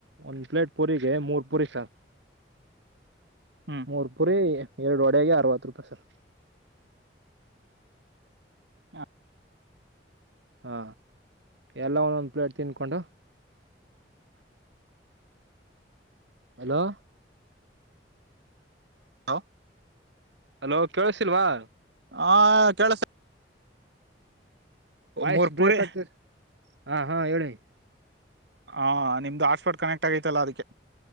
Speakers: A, on the right; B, on the right.
A: ಒಂದು ಪ್ಲೇಟ್ ಪೂರಿಗೆ ಮೂರು ಪೂರಿ ಸರ್.
B: ಹ್ಮ್-
A: ಮೂರು ಪೂರಿ ಎರಡು ವಡೆಗೆ ಅರವತ್ತು ರೂಪಾಯಿ ಸರ್.
B: ಆ
A: ಹಾ ಎಲ್ಲ ಒಂದೊಂದ ಪ್ಲೇಟ್ ತಿನ್ಕೊಂಡು. ಹಲೋ.
B: ಹ.
A: ಅಲೋ ಕೇಳಸಿಲ್ವಾ.
B: ಹಾ ಕೇಳುಸ್ತಾ.
A: ವಾಯ್ಸ್
B: ಮೂರ್
A: ಬ್ರೇಕ್
B: ಪುರಿ
A: ಆಗ್ತ ಹಾ ಹಾ ಹೇಳಿ.
B: ಹಾ ನಿಮ್ದು ಹಾಟ್ಸ್ಪಾಟ್ ಕನೆಕ್ಟ್ ಆಗೈತಲ್ಲ ಅದಕ್ಕೆ.